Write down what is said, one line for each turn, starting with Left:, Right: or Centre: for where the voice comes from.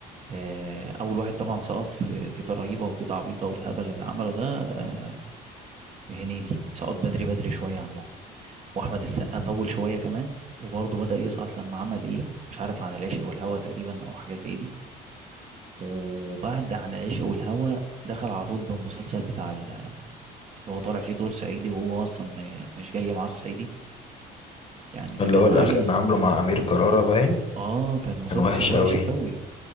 Right: آه، أول واحد طبعا سقط في تيتا رهيبة وتيتا عبيطة والهبل اللي عمله ده آه، هنيدي سقط بدري بدري شوية عنهم واحمد السقا
Left: مم.
Right: طول شويه كمان وبرضه بدأ يسقط لما عمل ايه مش عارف عن العشق والهوى تقريبا او حاجه زي دي وبعد عن العشق والهوى دخل على طول بالمسلسل بتاع ال- اللي هو طالع فيه دور صعيدي وهو اصلا ما- مش جاي معاه الصعيدي يعني ده
Left: اللي
Right: كان
Left: هو الاخير
Right: عامل
Left: كان
Right: الصعيدي
Left: عامله مع امير كرارة باين
Right: اه كان مسلسل
Left: كان وحش
Right: وحش
Left: قوي
Right: قوي